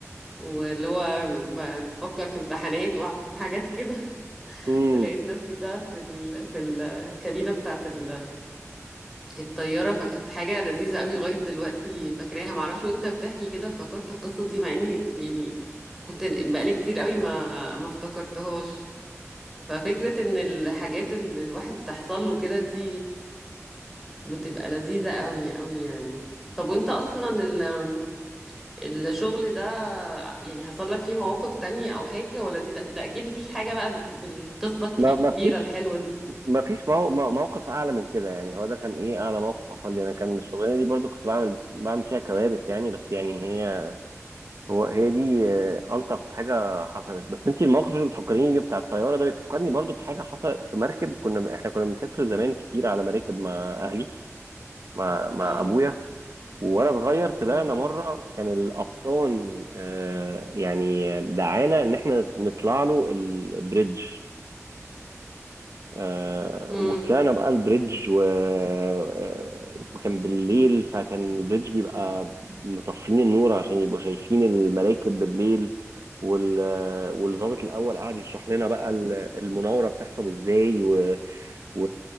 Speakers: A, in the centre; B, on the right.
A: واللي هو ب- بفكر في امتحانات وحاجات كده <laughs>
B: امم
A: ولقيت نفسي بقى في ال... في الكابينة بتاعت ال... الطيارة فكانت حاجة لذيذة قوي لغاية دلوقتي فاكراها معرفش وانت بتحكي كده افتكرت القصة دي مع اني يعني كنت بقالي كتير قوي ما ما افتكرتهاش ففكرة ان الحاجات اللي الواحد بتحصل له كده دي بتبقى لذيذة قوي قوي يعني طب وانت اصلا ال- الشغل ده يعني حصل لك فيه مواقف تانية او حاجة ولا دي ده, ده اكيد مفيش حاجة بقى بك- بالقصة الكبيرة
B: ما ما فيش
A: الحلوة دي
B: ما فيش مو...
A: اه
B: مو- موقف اعلى من كده يعني هو ده كان ايه اعلى موقف حصل لي انا كان الشغلانه دي برضو كنت بعمل بعمل فيها كوارث يعني بس يعني هي هو هي دي آه، الطف حاجه حصلت بس انت الموقف اللي بتفكريني بتاع الطياره ده بيفكرني برضو بحاجه حصلت في مركب كنا احنا كنا بنسافر زمان كتير على مراكب مع اهلي مع مع
A: اه
B: ابويا وانا صغير طلعنا
A: امم
B: مره كان القبطان آه، يعني دعانا ان احنا نطلع له البريدج آه،
A: امم
B: وطلعنا بقى البريدج و... آه، وكان بالليل فكان البريدج بيبقى مطفين النور عشان يبقوا شايفين المراكب بالليل وال... آه، والضابط الاول قعد يشرح لنا بقى ال- المناوره بتحصل ازاي و... و...